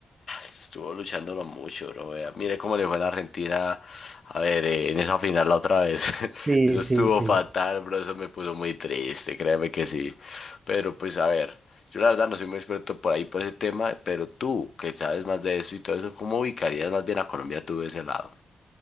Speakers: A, on the left; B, on the right.
A: Estuvo luchándolo mucho, bro. vea. Mire cómo le fue a la Argentina. A ver, eh, en esa final la otra vez. <laughs>
B: Sí,
A: Eso estuvo
B: sí, sí.
A: fatal, bro. Eso me puso muy triste, créeme que sí. Pero pues a ver, yo la verdad no soy muy experto por ahí, por ese tema. Pero tú, que sabes más de eso y todo eso, ¿cómo ubicarías más bien a Colombia tú de ese lado?